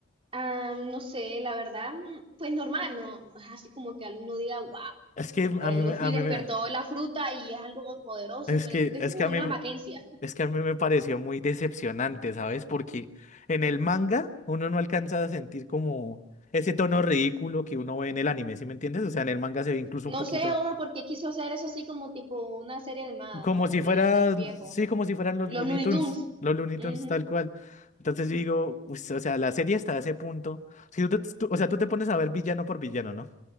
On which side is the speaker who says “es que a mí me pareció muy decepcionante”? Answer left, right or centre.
Left